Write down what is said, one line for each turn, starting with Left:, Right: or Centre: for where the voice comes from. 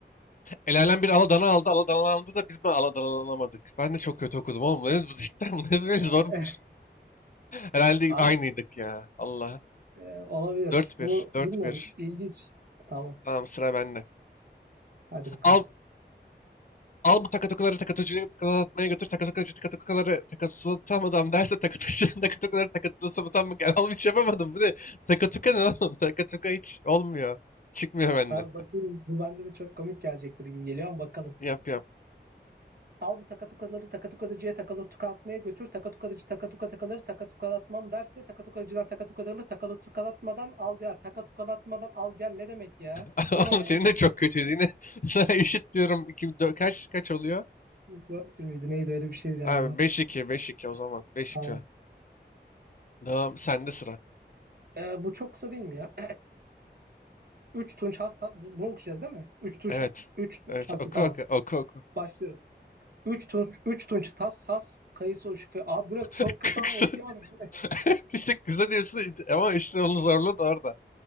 Left: El alem bir aladana aldı, aladanalandı da biz mi aladanalanamadık? Ben de çok kötü okudum oğlum. Ne- bu Cidden <laughs> bu ne
Right: <laughs>
Left: böyle zormuş. Herhalde
Right: Abi
Left: aynıydık ya. Allah.
Right: e, olabilir.
Left: dört bir
Right: Bu
Left: dört
Right: bilmiyorum.
Left: bir
Right: İlginç. Tamam.
Left: Tamam sıra bende.
Right: Hadi bakalım.
Left: Al al bu takatokuları takatocuya takatlatmaya götür. Takatokuları takatokuları takatlatamadım derse takatocuya <laughs> takatokuları takatlatamadım gel al bir şey yapamadım. Bu ne? Takatuka ne oğlum? Takatuka hiç olmuyor. Çıkmıyor benden.
Right: Ha, bakayım bu bende de çok komik gelecektir gibi geliyor ama bakalım.
Left: Yap yap.
Right: Al bu takatukaları takatukadıcıya takalı tukalatmaya götür. Takatukadıcı takatukaları takatukalatmam derse takatukacıdan takatukaları takatukalatmadan al ya. Takatukalatmadan al gel ne demek ya?
Left: <laughs>
Right: Bu ne
Left: Oğlum
Right: ya?
Left: senin de çok kötüydü yine. <laughs> Sana eşit diyorum. İki, dö- kaç kaç oluyor?
Right: Dört 1 miydi neydi öyle bir şeydi galiba.
Left: Abi 5-2 5-2 o zaman. 5-2.
Right: Tamam.
Left: Tamam sende sıra.
Right: Ee, bu çok kısa değil mi ya? <clears throat> 3 tunç hasta bu- bunu okuyacağız değil mi? 3 tunç
Left: Evet.
Right: 3 tunç
Left: Evet
Right: hasta
Left: oku
Right: tamam.
Left: oku oku oku.
Right: Başlıyorum. 3 tunç üç tunç tas has kayısı o şüphe. Abi bu ne? Çok
Left: <laughs>
Right: kısa
Left: Kısa-
Right: ama okuyamadım. Bu ne?
Left: <laughs> İşte kısa diyorsun ama işte onun zorluğu da orada.